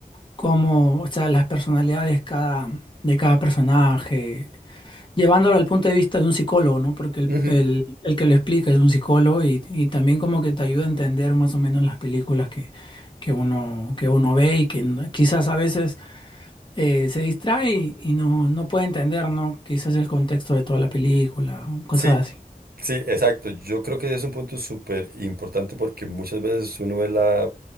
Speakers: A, on the left; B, on the right.
A: cómo, o sea, las personalidades cada, de cada personaje, llevándolo al punto de vista de un psicólogo, ¿no? Porque
B: ujú.
A: el, el- el que lo explica es un psicólogo y, y también como que te ayuda a entender más o menos las películas que, que uno, que uno ve y que n- quizás a veces eh, se distrae y, y no, no puede entender, ¿no? Quizás el contexto de toda la película, cosas
B: Sí,
A: así.
B: Sí, exacto. Yo creo que es un punto súper importante porque muchas veces uno ve la